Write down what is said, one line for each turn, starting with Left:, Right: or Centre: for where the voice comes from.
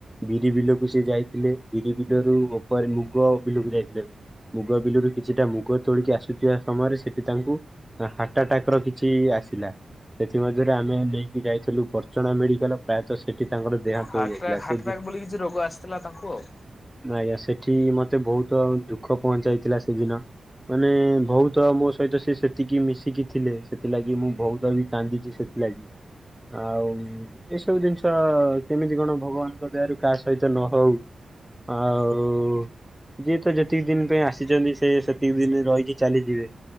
Centre: ବିରି ବିଲକୁ ସେ ଯାଇଥିଲେ ବିରି ବିଲରୁ ଉପରେ ମୁଗ ବିଲକୁ ଯାଇଥିଲେ। ମୁଗ ବିଲରୁ କିଛିଟା ମୁଗ ତୋଳିକି ଆସୁଥିବା ସମୟରେ ସେଠି ତାଙ୍କୁ ହାଟ ଆଟାକ୍ ର କିଛି ଆସିଲା। ସେଥି ମଧ୍ୟରେ ଆମେ ନେଇକି ଯାଇଥିଲୁ ବର୍ଚଣା ମେଡିକାଲ। ପ୍ରାୟତଃ ସେଠି ତାଙ୍କର ଦେହାନ୍ତ
Left: ହାର୍ଟ
Centre: ହୋଇଯାଇଥିଲା
Left: ହାର୍ଟଟାକ୍
Centre: ସେଠି
Left: ବୋଲି କିଛି ରୋଗ ଆସିଥିଲା ତାଙ୍କୁ ଆଉ।
Centre: ଆଜ୍ଞା ସେଠି ମତେ ବହୁତ ଦୁଃଖ ପହଞ୍ଚାଇଥିଲା ସେଦିନ। ମାନେ ବହୁତ ମୋ ସହିତ ସେ ସେତିକି ମିଶିକି ଥିଲେ ସେଥିଲାଗି ମୁଁ ବହୁତ କହିବି କାନ୍ଦିଚି ସେଥିଲାଗି ଆଉ ଏସବୁ ଜିନିଷ କେମିତି କଣ ଭଗବାନଙ୍କ ଦୟାରୁ କାହା ସହିତ ନ ହଉ। ଆଉ ଯିଏ ତ ଯେତିକି ଦିନ ପାଇଁ ଆସିଛନ୍ତି ସେ ସେତିକି ଦିନ ରହିକି ଚାଲିଯିବେ।